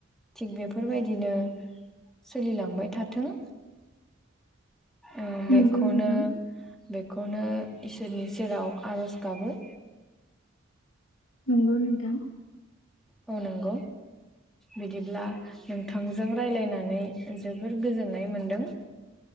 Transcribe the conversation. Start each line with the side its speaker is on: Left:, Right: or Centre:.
Centre: थिग बेफोरबायदिनो सोलिलांबाय थाथों ओं बेखौनो
Left: नंगौ नोंथां
Centre: बेखौनो इसोरनि सेराव आरज गाबो
Left: नंगौ नोंथां
Centre: औ नंगौ बिदिब्ला नोंथांजों राय्लायनानै जोबोर गोजोननाय मोनदों